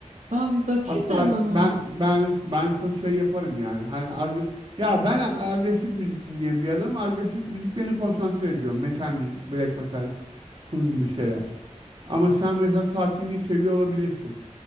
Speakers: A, on the right; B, on the right.
A: Aa, bir bakayım
B: Hatta
A: ben ona.
B: ben ben ben sana şey yaparım yani. Hani agre- ya ben agresif müzik dinleyen bir adamım. Agresif müzik beni konsantre ediyor. Metal müzik, black metal Bunun gibi şeyler. Ama sen mesela sakinliği seviyor olabilirsin.